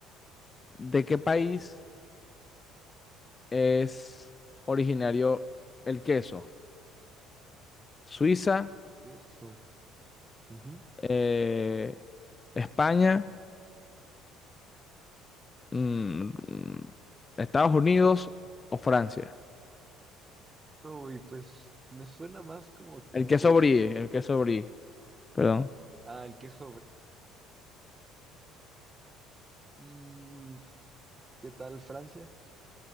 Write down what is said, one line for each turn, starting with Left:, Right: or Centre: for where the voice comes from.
Left: ¿de qué país es originario el queso? Suiza,
Right: Eso. Ujú.
Left: eh, España, mm, mm, Estados Unidos o Francia.
Right: Uy, pues me suena más como
Left: El
Right: a
Left: queso
Right: que es
Left: brie, el queso brie, perdón.
Right: al que es Mm, ¿qué tal Francia?